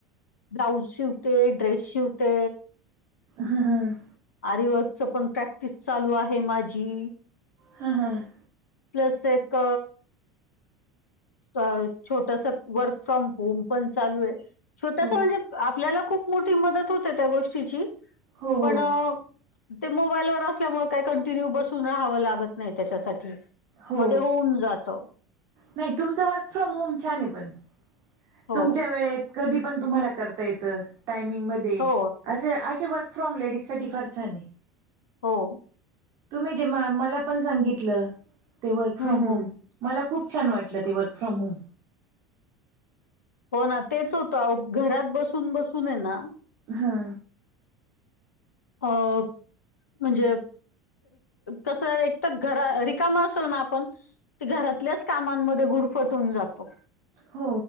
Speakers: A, on the left; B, on the right.
A: ब्लाऊज शिवते, ड्रेस शिवते.
B: हा हम.
A: आरी वर्कच पण प्रॅक्टिस चालू आहे माझी.
B: हम हम.
A: प्लस एक अ छोटस वर्क फ्रॉम होम पण चालू आहे. छोटस
B: हो
A: म्हणजे आपल्याला खूप मोठी मदत होते त्या गोष्टीची
B: हो
A: पण
B: हो
A: ते मोबाईल वर असल्यामुळे काय कंटिन्यू बसून राहावं लागत नाही त्याच्यासाठी.
B: हो
A: मग ते होऊन जात.
B: नाही तुमच वर्क फ्रॉम होम छान आहे पण.
A: हो
B: तुमच्या वेळेत कधी पण तुम्हाला करता येत टायमिंग मध्ये
A: हो
B: अस असे व फ्रॉम लेडीजसाठी फार छान आहे.
A: हो.
B: तू म्हणजे मला पण सांगितलं ते work from
A: hmm hmm.
B: home मला खूप छान वाटलं ते वर्क फ्रॉम होम.
A: हो ना तेच होतं घरात बसून बसून ये ना
B: हा.
A: अ म्हणजे कसं एक तर घरा रिकामा असल ना आपण ते घरातल्याच कामांमध्ये गुरफटून जातो.
B: हो,